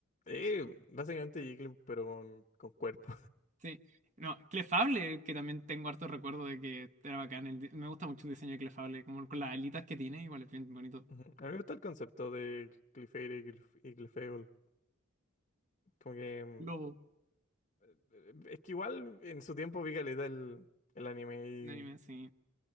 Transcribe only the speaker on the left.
eh, básicamente Jigglypuff, pero con, con cuerpo.
<laughs> Ujú. A mí me gusta el concepto de Clefairy y Clef- y Clefable. Como que
mm, es que igual en su tiempo vi caleta el, el anime